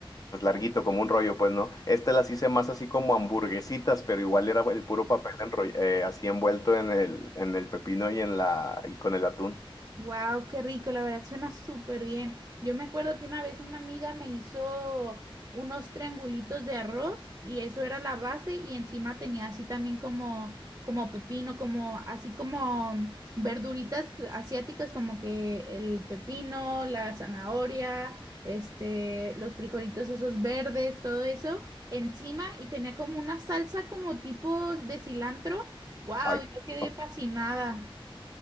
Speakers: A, on the left (about 40°); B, on the right (about 35°).
A: pues larguito, como un rollo, pues no. Este las hice más así como hamburguesitas, pero igual era el puro papel enroll- eh, así envuelto en el, en el pepino y en la, y con el atún.
B: Wow, qué rico, la verdad suena súper bien. Yo me acuerdo que una vez una amiga me hizo unos triangulitos de arroz y eso era la base y encima tenía así también como como pepino, como así como verduritas asiáticas como que el pepino, la zanahoria, este, los frijolitos esos verdes, todo eso encima y tenía como una salsa como tipo de cilantro. Wow,
A: Ay.
B: yo quedé
A: no.
B: fascinada.